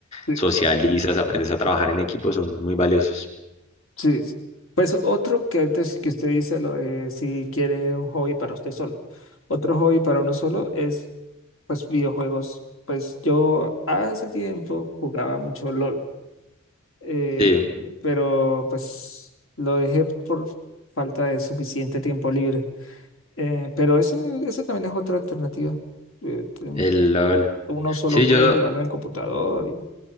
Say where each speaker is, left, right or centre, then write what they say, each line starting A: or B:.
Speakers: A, on the left; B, on the left.
A: Sí,
B: socializas, aprendes a trabajar en equipo, son muy valiosos.
A: sí. sí. Pues otro que antes que usted dice lo, de si quiere un hobby para usted solo. Otro hobby para uno solo es pues videojuegos. Pues yo hace tiempo jugaba mucho LOL. eh,
B: Sí,
A: pero pues lo dejé por falta de suficiente tiempo libre. Eh, pero ese, ese también es otra alternativa. Eh, ten-
B: el LOL.
A: uno solo
B: Sí,
A: puede
B: yo,
A: jugar en el computador. y-